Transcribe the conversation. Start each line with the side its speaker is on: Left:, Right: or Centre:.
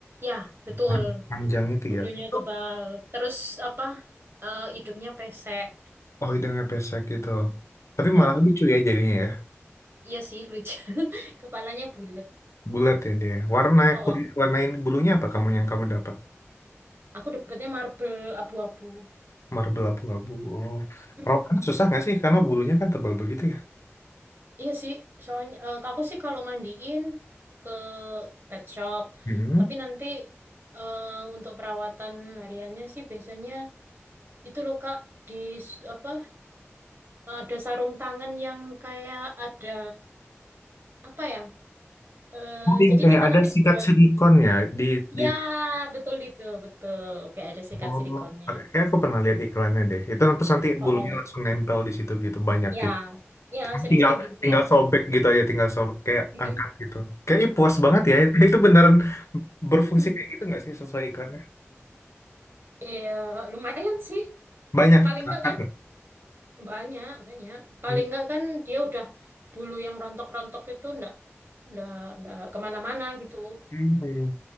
Right: Ya, betul.
Left: Pan- Panjang itu
Right: Bulunya
Left: ya. Itu
Right: tebal. Terus apa? Eh, hidungnya pesek.
Left: oh hidungnya pesek gitu. Tapi
Right: Heeh.
Left: malah lucu ya jadinya ya.
Right: Iya sih, lucu. <laughs> Kepalanya bulat.
Left: Bulat ya dia. Warna
Right: Oh,
Left: kulit
Right: oh.
Left: warnain bulunya apa kamu yang kamu dapat?
Right: Aku dapetnya marble abu-abu.
Left: Marble abu-abu. Oh.
Right: Mm-mm.
Left: Perawatannya susah nggak sih? Karena bulunya kan tebal begitu ya.
Right: Iya sih, soalnya eh, aku sih kalau mandiin ke pet shop.
Left: Hmm.
Right: Tapi nanti eh, untuk perawatan hariannya sih biasanya itu loh Kak di s- apa ada sarung tangan yang kayak ada apa ya? Eh,
Left: Oh, yang
Right: jadi
Left: kayak
Right: kita
Left: ada
Right: nanti
Left: sikat
Right: buat
Left: silikon ya di di
Right: ya betul itu betul kayak ada sikat
Left: Oh,
Right: silikonnya.
Left: kayak kayak aku pernah lihat iklannya deh. Itu terus nanti
Right: Oh,
Left: bulunya
Right: oh.
Left: langsung nempel di situ gitu banyak
Right: ya
Left: gitu.
Right: ya sering-sering
Left: Tinggal
Right: digituin.
Left: tinggal sobek gitu aja, tinggal sobek kayak
Right: Mm.
Left: angkat gitu. Kayak ih, puas banget ya. Itu, itu beneran berfungsi
Right: <laughs>
Left: kayak gitu nggak sih sesuai iklannya?
Right: Iya lumayan sih.
Left: Banyak
Right: Paling enggak
Left: angkat.
Right: kan banyak banyak. Paling
Left: nggak?
Right: enggak kan dia udah bulu yang rontok-rontok itu enggak enggak enggak kemana-mana gitu.
Left: Hmm.